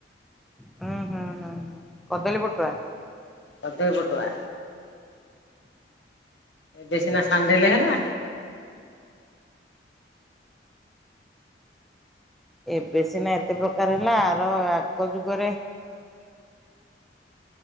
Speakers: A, in the centre; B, on the left (about 75°).
A: ହୁଁ ହୁଁ ହୁଁଁ କଦଳୀ ପୁଟୁଆ।
B: କଦଇ ପଟୁଆ। ବେଶିନା ସାଣ୍ଡେଲେ ହେଲା।
A: ଏବେ ସିନା ଏତେ ପ୍ରକାର ହେଲା ଆର ଆଗ ଯୁଗରେ